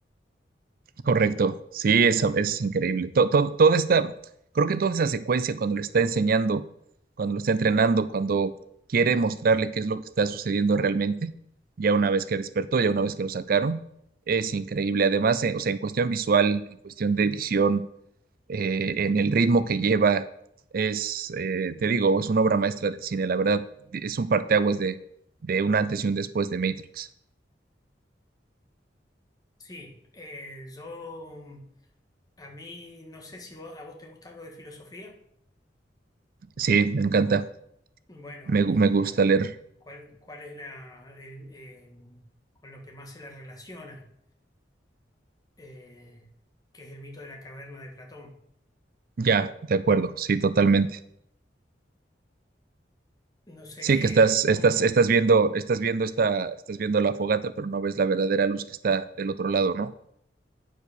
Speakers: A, on the right; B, on the left.
A: correcto. Sí, eso es increíble. To- to- toda esta, creo que toda esa secuencia cuando le está enseñando, cuando lo está entrenando, cuando quiere mostrarle qué es lo que está sucediendo realmente, ya una vez que despertó, ya una vez que lo sacaron, es increíble. Además, eh, o sea, en cuestión visual, en cuestión de edición, eh, en el ritmo que lleva. Es, eh, te digo, es una obra maestra del cine, la verdad, es un parteaguas de, de un antes y un después de Matrix.
B: Sí, eh, yo mm, a mí no sé si vos- a vos te gusta algo de filosofía.
A: Sí, me encanta,
B: Bueno,
A: me, gu-
B: eh,
A: me gusta leer.
B: ¿cuál, cuál es la, el, eh, con lo que más se la relaciona? Eh, que es el mito de la caverna de Platón.
A: Ya, de acuerdo, sí, totalmente.
B: No sé
A: Sí,
B: qué,
A: que estás, estás,
B: cómo,
A: estás viendo, estás viendo esta, estás viendo la fogata, pero no ves la verdadera luz que está del otro lado, ¿no?